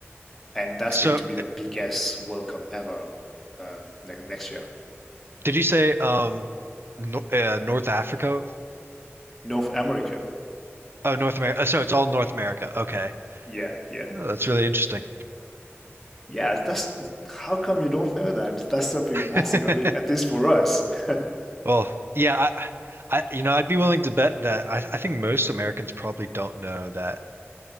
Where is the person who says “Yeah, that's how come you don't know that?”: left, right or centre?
Centre